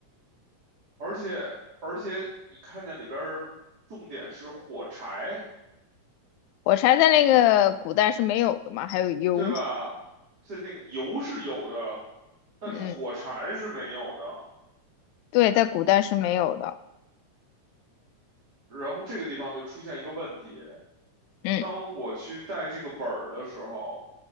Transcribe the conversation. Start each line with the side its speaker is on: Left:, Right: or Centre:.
Right: 而且而且你看见里边儿重点是火柴，
Left: 我猜在那个古代是没有的嘛，还有油，
Right: 对吧？这那个油是有的，但是火柴是没有的。
Left: 嗯，对，在古代是没有的，
Right: 然后这个地方就出现一个问题：
Left: 嗯，
Right: 当我去带这个本儿的时候，